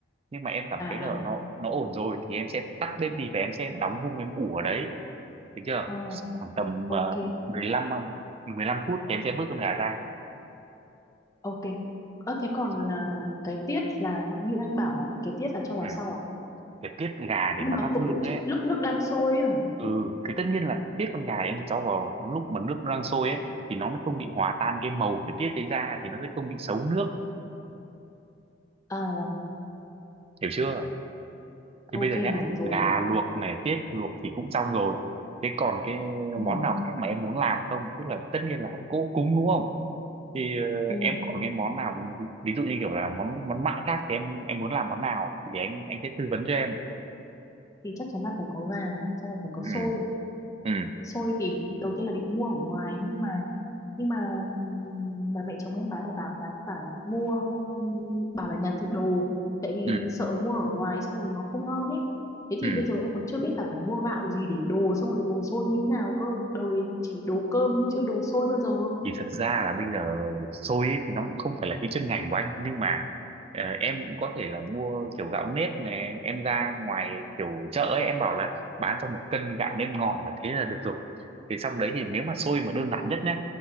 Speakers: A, on the right (about 30°); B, on the left (about 15°).
A: nhưng mà em cảm
B: à
A: thấy
B: à
A: là nó nó ổn rồi thì em sẽ tắt bếp đi và em sẽ đóng vung em ủ ở đấy được chưa
B: Ồ,
A: khoảng tầm
B: ok,
A: ờ, mười lăm mười lăm phút thì em sẽ vớt con gà ra
B: ok. Ơ thế còn
A: Biết chưa?
B: à, cái tiết là như anh bảo là cái tiết là cho vào
A: Ừ.
B: sau à?
A: Để tiết gà để
B: Nhưng
A: mà
B: mà
A: thắp
B: cũng
A: hương ấy
B: lúc nước đang sôi ấy hả?
A: ừ thì tất nhiên là tiết con gà em phải cho vào lúc mà nước nó đang sôi ấy thì nó mới không bị hòa tan cái màu của tiết đấy ra thì nó sẽ không bị xấu nước
B: À vâng,
A: hiểu chưa thì
B: ok
A: bây giờ nhá
B: hiểu rồi.
A: gà luộc này tiết luộc thì cũng xong rồi thế còn cái
B: Ừ,
A: món nào khác mà em muốn làm không tức là tất nhiên là cỗ cúng đúng không thì ờ,
B: ừ.
A: em còn cái món nào ví, ví dụ như kiểu là món món mặn khác thì em em muốn làm món nào thì để anh anh sẽ tư vấn cho em
B: Thì chắc chắn là phải có gà, sau rồi phải có
A: ừ
B: xôi.
A: ừ
B: Xôi thì đầu tiên là định mua ở ngoài nhưng mà nhưng mà ừm, bà mẹ chồng em bà lại bảo là phải mua ừm, bảo là nhà tự đồ tại vì
A: ừ
B: sợ mua ở ngoài xong rồi nó không ngon ấy thế thì
A: ừ
B: bây giờ em còn chưa biết là phải mua gạo gì để đồ xong rồi đồ xôi như thế nào cơ đời chỉ đồ cơm nhưng chưa đồ xôi bao giờ
A: thì thật ra là bây giờ xôi ấy thì nó cũng không phải là cái chuyên ngành của anh nhưng mà ờ, em cũng có thể là mua kiểu gạo nếp này em ra ngoài kiểu chợ ấy em bảo là bán cho một cân gạo nếp ngon là thế là được rồi thì xong đấy thì nếu mà xôi mà đơn giản nhất nhé